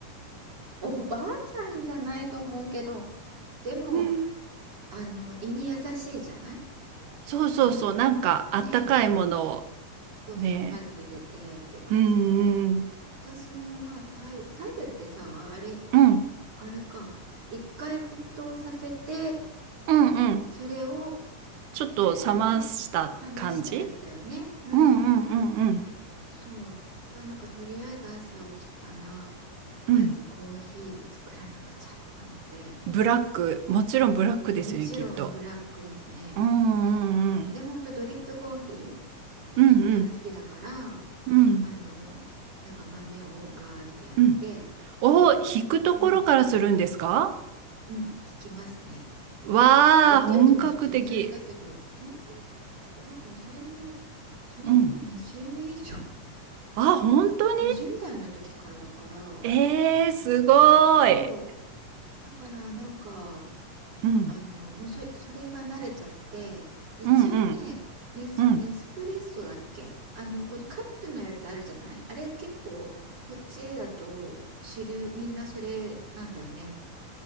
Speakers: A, on the right; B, on the right.
A: お、おばあちゃんじゃないと思うけど、でも、
B: うん
A: あの、胃に優しいじゃない
B: そうそうそう、
A: 白湯。
B: なんかあったかいものを
A: ねえ。そうそう、
B: ね、
A: まず入れてって感じだよね。
B: うんうん、
A: 私もまあ白湯、白湯ってさ、あれ、
B: うん
A: あれか。一回沸騰させて、
B: うんうん、
A: それを、
B: ちょっと冷ました感じ
A: あれだよね。冷ましたやつだよね。うんうんうんうん。
B: うんうんうんうん
A: そう、私はなんかとりあえず朝起きたら、
B: うん。
A: まずコーヒーを作らなくちゃって感じで、
B: ブラック、もちろんブラックですよね、
A: もちろんブラックですね。
B: きっと。うんうん
A: うん。で、ほんとドリップコーヒ
B: うん、うんうん
A: ーが好きだから、
B: うん
A: あの、なんか豆をガーってやって、
B: うん。お、引くところからするんですか
A: うん、うん、引きますね。
B: わあ、
A: 引くって言っても普通にあれだけど、
B: 本格的。
A: 全然、でなんかもうそれに、それもう20年以上、
B: うん。あ、本当に
A: 20代の時からだから、
B: えー、すごい。
A: そう。だからなんか、
B: うん
A: あの、もうそ、それが慣れちゃって、一応ね、
B: うんうん
A: ネス、
B: うん。
A: ネスプレッソだっけあの、このカップのやつあるじゃないあれ結構、こっちだと主流、みんなそれなんだよね。